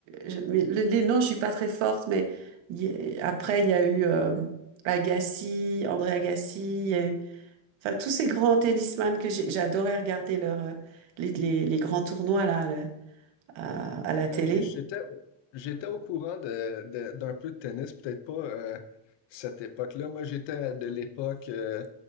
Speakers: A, on the right (about 75°); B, on the left (about 65°).
A: je- mais le- les noms, je suis pas très forte, mais il y a- après il y a eu euh, Agassi, André Agassi, il y a eu, enfin tous ces grands tennisman que j'ai- j'adorais regarder leur, euh, les, les, les grands tournois là le- à, à la télé.
B: ok, J'étais, j'étais au courant de, de- d'un peu de tennis, peut-être pas euh, cette époque-là. Moi, j'étais de l'époque, euh,